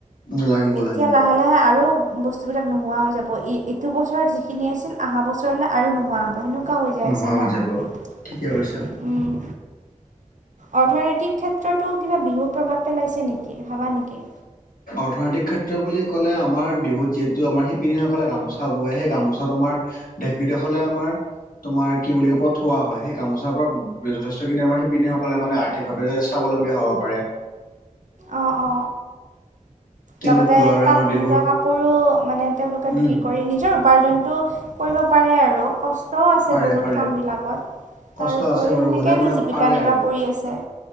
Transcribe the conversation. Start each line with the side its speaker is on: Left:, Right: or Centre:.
Left: উম লাগিব
Right: এতিয়া
Left: লাগিব
Right: লাহে- লাহে আৰু বস্তুবিলাক নোহোৱা হৈ যাব, ই এইটো বছৰত যিখিনি আছিল অহা বছৰলৈ আৰু নোহোৱা হ'ব হয় না নহয়। কম হৈ যাই
Left: নোহোৱা
Right: আছে ন
Left: হৈ যাব। ঠিকে কৈছা।
Right: উম। অৰ্থনৈতিক ক্ষেত্ৰতো কিবা বিহু প্ৰভাৱ পেলাইছে নেকি? ভাবা নেকি?
Left: অৰ্থনৈতিক ক্ষেত্ৰ বুলি ক'লে আমাৰ বিহুত যিহেতু আমাৰ শিপিনীসকলে গামোচা বোৱে সেই গামোচাটো আমাৰ দেশ বিদেশলে আমাৰ তোমাৰ কি বুলি কয় পঠোৱা হয়, সেই গামোচাৰ পৰা যথেষ্টখিনি আমাৰ সেইপিনসকলে মানে আৰ্থিকভাৱে স্বাৱলম্বী হ'ব পাৰে।
Right: অ অ।
Left: তেনেকুৱা
Right: লগতে
Left: আৰু
Right: পাট
Left: আমাৰ বিহুৰ
Right: মুগা কাপোৰো মানে তেওঁলোকে বিক্ৰী
Left: উম
Right: কৰি নিজৰ উপাৰ্জনটো কৰিব পাৰে আৰু ক ষ্ট আছে
Left: পাৰে
Right: বহুত
Left: পাৰে
Right: কামবিলাকত
Left: কষ্ট
Right: তাৰ উপৰিও
Left: আছে বাৰু
Right: সেনেকেইতো
Left: হ'লেও মানে
Right: জীৱিকা
Left: পাৰে
Right: নিৰ্বাহ
Left: আৰু
Right: কৰি আছে।